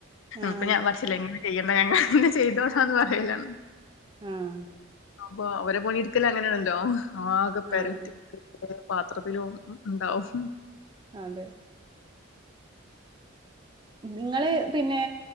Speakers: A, on the right; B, on the left.
A: ആഹ്
B: ഇപ്പൊ ഞാൻ പറച്ചിലാ ങ്ങക്ക്‌ചെയ്യണ്ട കാര്യങ്ങൾചെയ്തോക്കാ പറയലാ.
A: ആഹ്‌
B: അപ്പൊ അവരെപണിയെടുക്കല് അങ്ങനെയാണല്ലോ ആകെ പരത്തി
A: ആഹ്
B: കൊറേ പാത്രത്തിലും ഉണ്ടാവും.
A: അതെ ങ്ങള് പിന്നെ